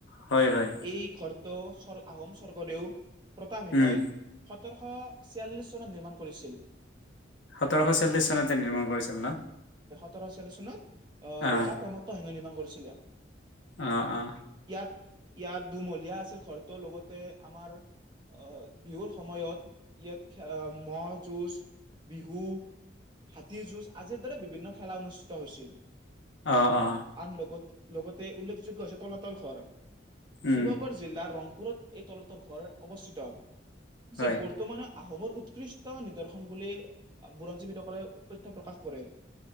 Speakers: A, on the left (about 85°); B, on the right (about 25°).
A: হয় হয়
B: এই খৰ ত স্ব আহোম স্বৰ্গদেউ প্ৰতাপ সিংহই
A: উম
B: সোতৰশ ছিয়াল্লিছ চনত নিৰ্মাণ কৰিছিল
A: সোতৰশ চল্লিছ চনতে নিৰ্মা কৰিছিল ন
B: তচল্লিচ চনত
A: অ
B: ৰজা প্ৰমোত সিংহ‌ই নিৰ্মাণ কৰিছিল
A: অ অ
B: ইয়াত ইয়াত দুমহলীয়া আছিল ঘৰটো লগতে আমাৰ অ বিহুৰ সময়ত ইয়াত ম' যুজ বিহু হাতিৰ যুঁজ আজি দৰে বিভিন্ন খেলা অনুষ্ঠিত হৈছিল
A: অ অ
B: আন লোকত লগতে উল্লেখযোগ্য হৈছে তলাতল ঘৰ
A: উম
B: শিবসাগৰ জিলাৰ ৰং পুৰত এই তলতৰ ঘৰ অৱস্থিত
A: হয়
B: যে বৰ্তমানৰ আহোমৰ উৎকৃষ্ট নিদৰ্শন বুলি বুৰঞ্জীবিদসকলে তথ্য প্ৰকাশ কৰে